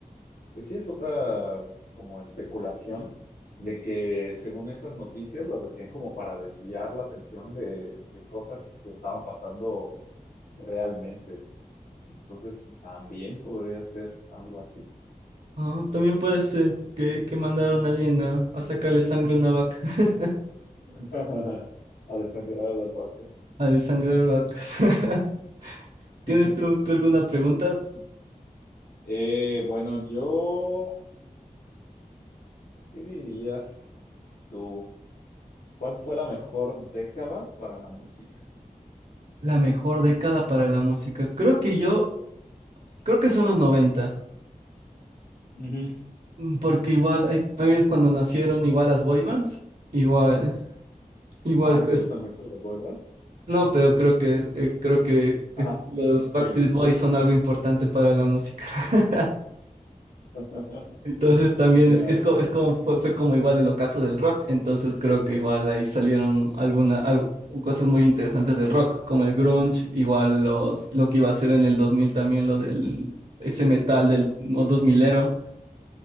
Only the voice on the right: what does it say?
Ah, también puede ser que, que mandaron a alguien a, a sacarle sangre a una vaca, <laughs>
a desangrar vacas. <laughs> ¿Tienes
tú, tú alguna pregunta?
La mejor década para la música. Creo que yo, creo que son los noventa
mm, porque igual ahí ahí es cuando nacieron igual las boy bands, igual, igual,
es-
no, pero creo que, eh, creo que
eh, los
Backstreet
Boys son algo importante para la música. <laughs>
Entonces también
es, es,
co- es
como, fue, fue como igual el ocaso del rock, entonces creo que igual ahí salieron alguna, al- cosas muy interesantes del rock, como el grunge, igual los, lo que iba a ser en el 2000 también, lo del, ese metal del dos milero